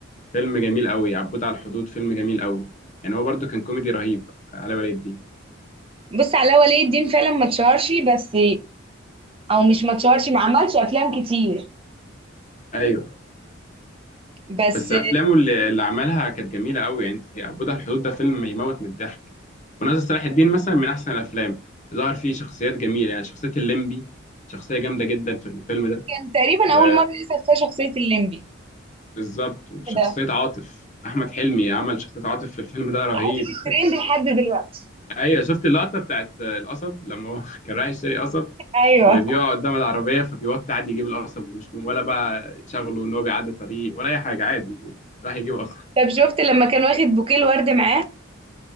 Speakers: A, on the left; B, on the right.
A: فيلم جميل قوي عبود على الحدود فيلم جميل قوي يعني هو برضه كان كوميدي رهيب علاء ولي الدين
B: بص علاء ولي الدين فعلا ما اتشهرش بس او مش ما اتشهرش ما عملش افلام كتير
A: ايوه
B: بس
A: بس افلامه اللي, اللي عملها كانت جميله قوي يعني انت عبود على الحدود ده فيلم يموت من الضحك وناظر صلاح الدين مثلا من احسن الافلام ظهر فيه شخصيات جميله يعني شخصيه الليمبي شخصيه جامده جدا في الفيلم ده
B: كان تقريبا
A: و...
B: اول مره يظهر فيها شخصيه الليمبي
A: بالظبط وشخصية
B: ده
A: عاطف أحمد حلمي عمل شخصية عاطف في الفيلم ده رهيب
B: قعدت في الترند لحد دلوقتي
A: أيوة شفت اللقطة بتاعت القصب لما هو <laughs> كان رايح يشتري قصب
B: ايوه
A: وبيقع قدام العربية فبيوطي عادي يجيب القصب ومش ولا بقى شغله إن هو بيعدي طريق ولا أي حاجة عادي راح يجيب قصب
B: طب شفت لما كان واخد بوكيه الورد معاه